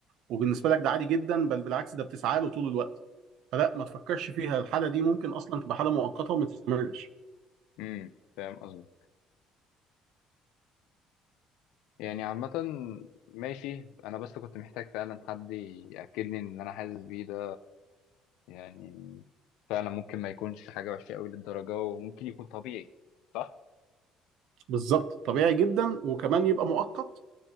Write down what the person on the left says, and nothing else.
امم فاهم قصدي يعني عامة ماشي أنا بس كنت محتاج فعلا حد يأكدني إن اللي أنا حاسس بيه ده يعني فعلا ممكن ما يكونش حاجة وحشة قوي للدرجة وممكن يكون طبيعي صح؟